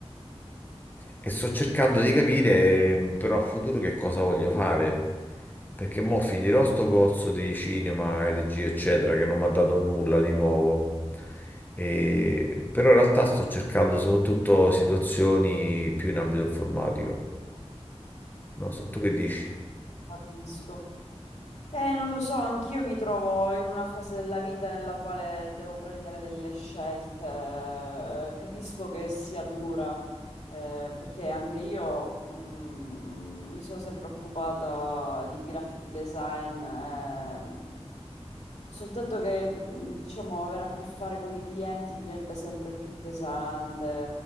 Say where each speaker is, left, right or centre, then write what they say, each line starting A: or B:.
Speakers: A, on the left; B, on the left.
A: e sto cercando di capire ehm, però a futuro che cosa voglio fare, perché mo finirò sto corso di cinema e regia, eccetera, che non mi ha dato nulla di nuovo. E- Però in realtà sto cercando soprattutto situazioni più in ambito informatico. Non so, tu che dici?
B: capisco. Eh, non lo so, anch'io mi trovo in una fase della vita nella quale devo prendere delle scelte. Eh, Capisco che sia dura, eh, perché anche io, mm, mi sono sempre occupata di graphic design, eh, soltanto che, mm, diciamo, avere a che fare con i clienti diventa sempre più pesante,